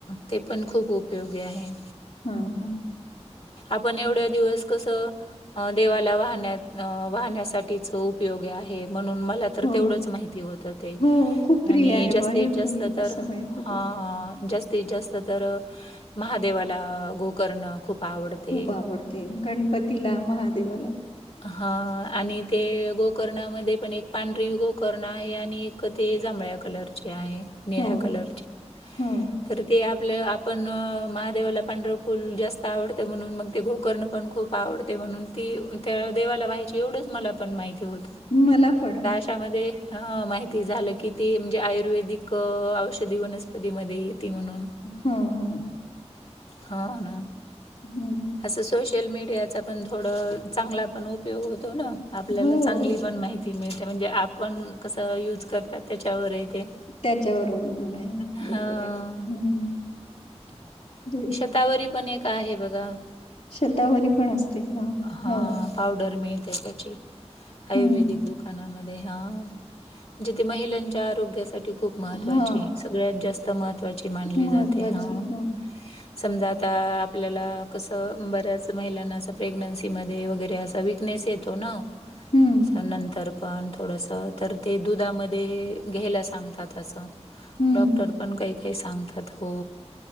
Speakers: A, on the left; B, on the left.
A: ते पण खूप उपयोगी आहे.
B: हा हा!
A: आपण एवढ्या दिवस कसं अ देवाला वाहण्यात वाहण्यासाठीच उपयोगी आहे म्हणून मला तर
B: हो
A: तेवढंच माहिती होतं ते.
B: हो खूप प्रिय
A: आणि
B: आहे
A: जास्तीत
B: ब हे
A: जास्त
B: फुल
A: तर
B: असं माहित होतं.
A: हा जास्तीत जास्त महादेवाला गोकर्ण खूप आवडते,
B: खूप आवडते गणपतीला, महादेवाला
A: हा आणि ते गोकर्णामध्ये पण एक पांढरी गोकर्ण आहे आणि एक ते जांभळ्या कलरची आहे. निळ्या
B: हो
A: कलरची
B: हो
A: तर ते आपल्या आपण महादेवाला पांढरव फुल जास्त आवडतं म्हणून मग ते गोकर्ण पण खूप आवडते म्हणून ती त्या देवाला पाहायची एवढंच मला पण माहिती होत.
B: मला पण
A: त्यामध्ये माहिती झालं की ती म्हणजे आयुर्वेदिक औषधी वनस्पतीमध्येही येती म्हणून
B: हो हो
A: हा ना.
B: हम्मं
A: असं सोशल मीडियांचा पणं थोडं चांगला पणं उप उपयोगं होतो नां आपल्यांला
B: हो
A: चांगली पणं माहिती ती मिळतें म्हणजे आपणं कसं यूज करतांत त्यांच्यावरही ते
B: त्यांच्यावर अवलंबून आहे
A: हां,
B: बरोबर आहे हम्मं
A: हतांवरी पणं एक आहे बघां
B: शतांवरी पणं असते हं
A: हां,
B: होव
A: पावडर मिळते त्यांची आयुर्वेदिक
B: हम्म
A: दुकानांमध्ये हां जिथे महिलांच्या आरोग्यांसांठी खूंप महत्त्वांची
B: हा
A: सगळ्यांत जास्तं महत्त्वांची मानली
B: महत्वाची
A: जाते हं
B: ह
A: समजां आता आपल्यांला कसं बऱ्यांच महिलांना असं प्रेग्नन्सीमंध्ये वगैरें असां विकनेस येतों नां
B: हम्म
A: नंतर पणं थोडंसं तरं ते दुधामंध्ये घ्यांयला सांगतात असं
B: हम्म
A: डॉक्टर पणं कांहीं कांहीं सांगतात हो